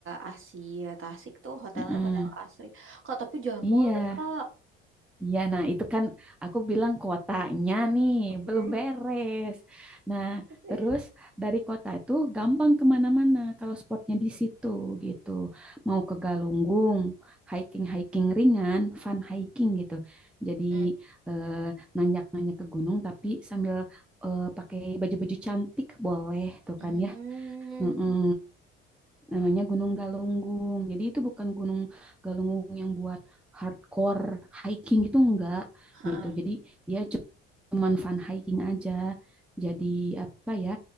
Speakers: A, on the right; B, in the centre.
A: Asia Tasik tuh hotelnya
B: heeh.
A: hotel asri kak tapi jangan
B: Iya.
A: mall deh kak
B: Iya, nah itu kan aku bilang kotanya nih
A: Mm-mm.
B: belum beres. Nah,
A: Mm.
B: terus dari kota itu gampang kemana-mana kalau spotnya di situ gitu. Mau ke Galunggung, hiking-hiking ringan, fun hiking gitu. Jadi
A: Mm.
B: eh, nanjak-nanjak ke gunung tapi sambil eh, pakai baju-baju cantik boleh tuh
A: mm
B: kan ya. Mm-mm namanya Gunung Galunggung. Jadi itu bukan Gunung Galunggung yang buat hardcore hiking gitu enggak
A: ha ha
B: gitu. Jadi dia cuman fun hiking aja. Jadi apa ya?